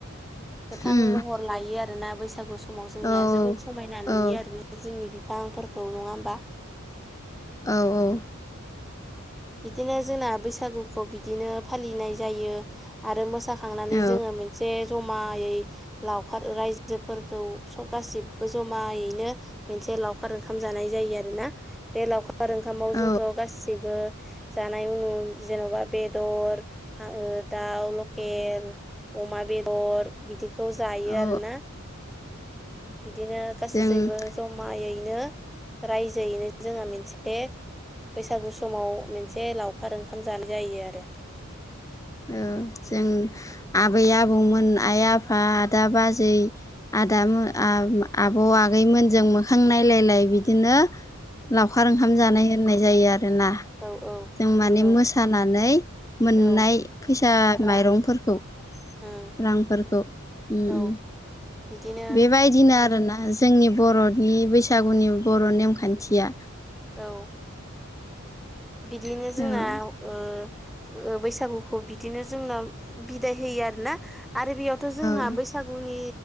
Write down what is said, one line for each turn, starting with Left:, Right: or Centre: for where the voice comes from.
Centre: गोथां
Left: उम
Centre: महर लायो आरोना बैसागु समाव जोंनिया
Left: औ
Centre: जोबोद समायना नुयो
Left: औ
Centre: आरो। जोंनि बिफांफोरखौ नङा होमबा?
Left: औ औ।
Centre: बिदिनो जोंना बैसागुखौ बिदिनो फालिनाय जायो। आरो मोसा थांनानै
Left: औ
Centre: जोङो मोनसे जमायै लावखार रायजोफोरखौ सब गासिबो जमायैनो मोनसे लावखार ओंखाम जानाय जायो आरो ना। बे लावखार ओंखामाव
Left: औ
Centre: जोंथ' गाससिबो जानाय उनाव जेन'बा बेदर, दाउ लकेल अमा बे दर बिदिखौ जायो
Left: औ
Centre: आरोना। बिदिनो गासैबो
Left: जों
Centre: जमायैनो रायजोयैनो जोंहा मोनसे बैसागु समाव मोनसे लावखार ओंखाम जानाय जायो आरो।
Left: औ जों आबै-आबौमोन, आइ-आफा, आदा-बाजै आदाम आबौ आगैमोनजों मोखां नायलायलाय बिदिनो लावखार ओंखाम जानाय होननाय जायो आरोना।
Centre: औ औ
Left: जों माने
Centre: नंगौ
Left: मोसानानै मोननाय
Centre: औ
Left: फैसा,
Centre: रां
Left: माइरंफोरखौ
Centre: उम
Left: रांफोरखौ उम
Centre: औ
Left: उम
Centre: बिदिनो
Left: बेबायदिनो आरोना जोंनि बर'नि बैसागुनि बर' नेमखान्थिया
Centre: औ। बिदिनो जोंनाव
Left: औ
Centre: ओ ओ बैसागुखौ बिदिनो जोंना बिदाय होयो आरोना आरो बेयाव थ' जोंहा
Left: औ
Centre: बैसागुनि